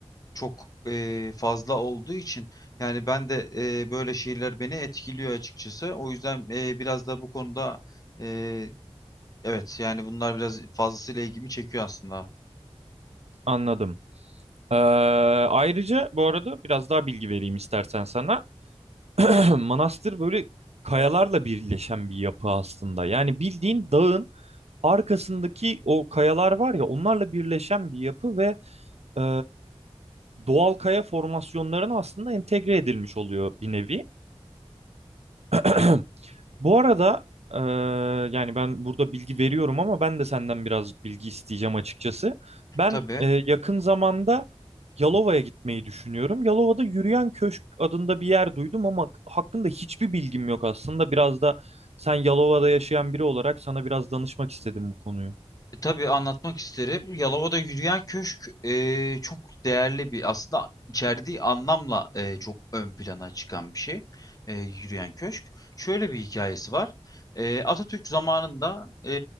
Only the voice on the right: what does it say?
Anladım. Ee, ayrıca bu arada biraz daha bilgi vereyim istersen sana. <clears throat> Manastır böyle kayalarla birleşen bir yapı aslında. Yani bildiğin dağın arkasındaki o kayalar var ya onlarla birleşen bir yapı ve e, doğal kaya formasyonlarına aslında entegre edilmiş oluyor bir nevi. <clears throat> Bu arada eee, yani ben burada bilgi veriyorum ama ben de senden birazcık bilgi isteyeceğim açıkçası. Ben
eee, yakın zamanda Yalova'ya gitmeyi düşünüyorum. Yalova'da Yürüyen Köşk adında bir yer duydum ama hakkında hiçbir bilgim yok aslında. Biraz da sen Yalova'da yaşayan biri olarak sana biraz danışmak istedim bu konuyu.